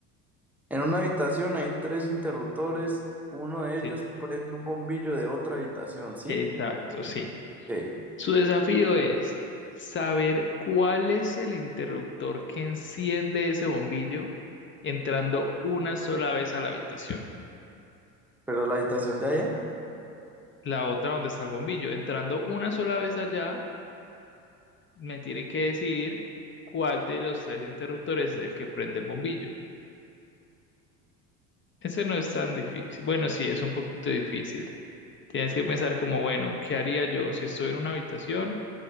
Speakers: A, in the centre; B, on the left.
A: En una habitación hay tres interruptores. Uno de
B: Sí,
A: ellos prende un bombillo de otra habitación, ¿sí?
B: exacto, sí.
A: Ok.
B: Su desafío es saber cuál es el interruptor que enciende ese bombillo entrando una sola vez a la habitación,
A: Pero la habitación de allá,
B: la otra donde está el bombillo. Entrando una sola vez allá, me tiene que decir cuál de los tres interruptores es el que prende el bombillo. Ese no es tan difícil. Bueno, sí, es un poquito difícil. Tienes que pensar como, bueno, ¿qué haría yo si estoy en una habitación?